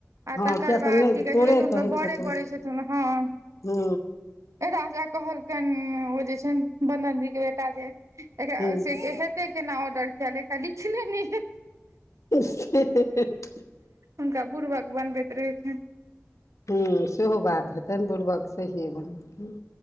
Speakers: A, on the right; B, on the left.
A: आ
B: हँ
A: तकर
B: किया
A: बाद
B: तऽ नहि
A: की कहे
B: तोरे
A: छै ने तऽ हुनकर
B: कहै
A: बरे
B: छथुन
A: करै छथिन हँ
B: हूँ
A: राजा कहलकनि ओ जे छै वन्दन दीदी के बेटा जे एकरा
B: हूँ
A: से केना ऑर्डर कयले एकरा लिखले नहि हेतै
B: <unintelligible>
A: हुनका बुड़बक बनबैत रहै छै
B: हूँ सेहो बात हेतन बुड़बक सहिए बन